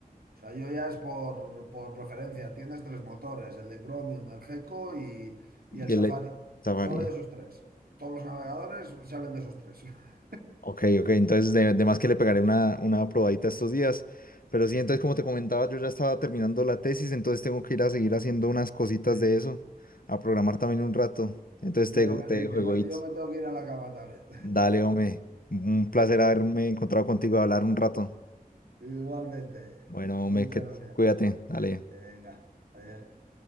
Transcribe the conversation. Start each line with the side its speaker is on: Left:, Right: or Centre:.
Right: O sea, yo ya es por, por preferencia, tienes tres motores, el de Chromium, el Gecko y, y
Left: Y
Right: el Safari.
Left: el de Safari.
Right: Solo de esos tres. Todos los navegadores salen de esos tres. <laughs>
Left: Ok, ok, entonces de, de más que le pegaré una, una probadita estos días. Pero sí,
Right: Sí,
Left: entonces como te comentaba, yo ya estaba terminando la tesis, entonces tengo que ir a seguir haciendo unas cositas
Right: sí.
Left: de eso, a programar también un rato. Entonces
Right: Venga,
Left: te, dejo- te
Right: sí,
Left: dejo,
Right: que
Left: Egoitz.
Right: yo, yo me tengo que ir a la cama también.
Left: Dale, hombre, un placer haberme encontrado contigo a hablar un rato.
Right: <laughs> Igualmente.
Left: Bueno,
Right: Muchas
Left: hombre, que,
Right: gracias.
Left: cuídate, dale.
Right: Eh, Venga, adiós.